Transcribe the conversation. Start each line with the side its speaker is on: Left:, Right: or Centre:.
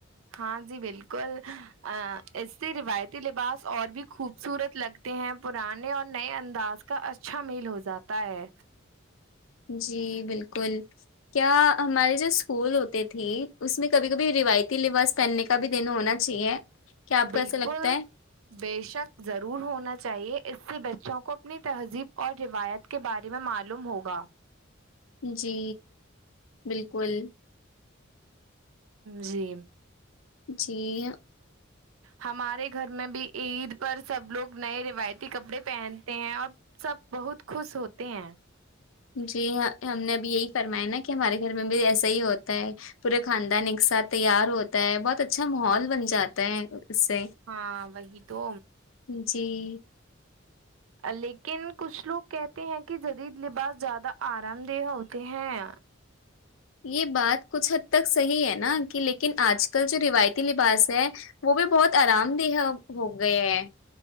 Right: ہاں جی بالکل اس سے روایتی لباس اور بھی خوبصورت لگ تہ ہیں پرانے اور نئے انداز کا اچھا میل ہو جاتا ہے
Left: جی بالکل کیا ہمارے جو اسکول ہوتے تھی اس میں کبھی کبھی رویتی لباس پہننے کے کاب دینوں ہونا چاہیے کیا آپ
Right: بالکل
Left: کو ایسا لگتا ہے
Right: بے شک ضرور ہونا چاہیے اس سے بچوں کو اپنی تہذیب اور روایت کے بارے میں معلوم ہوگا
Left: جی بالکل
Right: جی
Left: جی
Right: ہمارے گھر میں بھی عید پر سب لوگ نئے روایتی کپڑے پہنتے ہیں اور سب بہت خوش ہوتے ہیں
Left: جی ہ ہم نے ابھی یہی فرمایا نا کہ ہمارے گھر میں بھی ایسا ہی ہوتا ہے پورے خاندان ایک ساتھ تیار ہوتا ہے بہت اچھا ماحول بن جاتا ہے اس سے
Right: ہاں وہی تو
Left: جی
Right: لیکن کچھ لوگ کہتے ہیں کہ جدید لباس زیادہ آرام دہ ہوتے ہیں
Left: یہ بات کچھ حد تک صحیح ہے نا کہ لیکن آج کل جو روایتی لباس ہے وہ بھی بہت آرام دے ہہ ہو گئے ہے